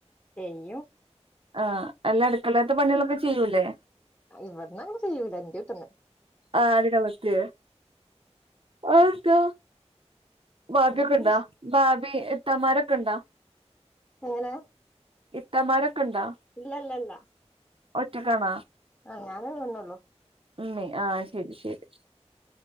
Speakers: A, on the left (about 20°); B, on the right (about 50°).
A: ചെയ്യും
B: ആഹ അല്ല അടുക്കളേത്ത പണികളൊക്കെ ചെയ്യൂല്ലേ
A: ഇവിടന്ന അങ്ങനെ ചെയ്യൂല എന്റെവിട്ന്ന്
B: ആഹ അടികലത്തിയോ ആത് ത്ത ഭാബിയൊക്കെണ്ടാ
A: എങ്ങനെ
B: ഭാബി ഇത്തമാരൊക്കെ ഉണ്ടാ
A: എങ്ങനെ
B: ഇത്തന്മാരൊക്കെ ഉണ്ടാ
A: ഇല്ലല്ലല്ല
B: ഒറ്റക്കാണാ
A: ആഹ് ഞാനെ വന്നല്ലോ
B: ഉം ആഹ് ശരി ശരി